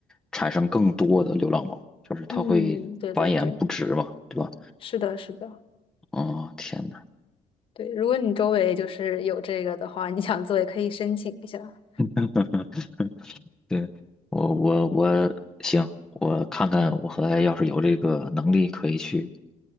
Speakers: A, in the centre; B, on the left.
A: 产生更多的流浪猫，就是它会繁衍不止嘛，
B: 嗯，对对对，
A: 对吧？
B: 是的，是的，
A: 哦，天呐
B: 对。如果你周围就是有这个的话，你想做也可以申请一下。
A: <laughs>，对，我我我行，我看看我和来要是有这个能力可以去，